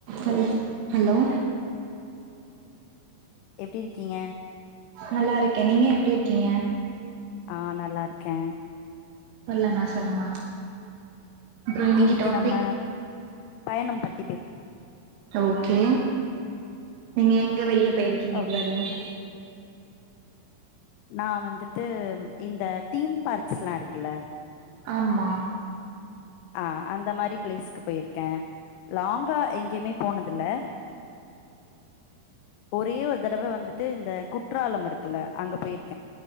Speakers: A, on the right; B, on the left.
A: hello hello
B: எப்படி இருக்கீங்க
A: நல்லா இருக்கேன் நீங்க எப்பிடி இருக்கீங்க
B: ஆஹ் நல்லா இருக்கேன்
A: சொல்லுங்க சொல்லுங்க அப்றோ
B: இன்னைக்கு
A: டாபிக்
B: நம்ம பயணம் பத்
A: ஓகே நீங்க எங்க வெளிய போயிருக்கீங்க
B: ஓ
A: இது வரையும்
B: நான் வந்துட்டு இந்த தீம் பார்க்ஸ் எல்லாம் இருக்குல
A: ஆம்மா
B: ஆஹ் அந்த மாரி பிளேஸக்கு போயிருக்கேன் லாங்கா எங்கேயுமே போனதுல ஒரே ஒரு தடவை வந்துட்டு இந்த குற்றாலம் இருக்குல்ல அங்க போயிருக்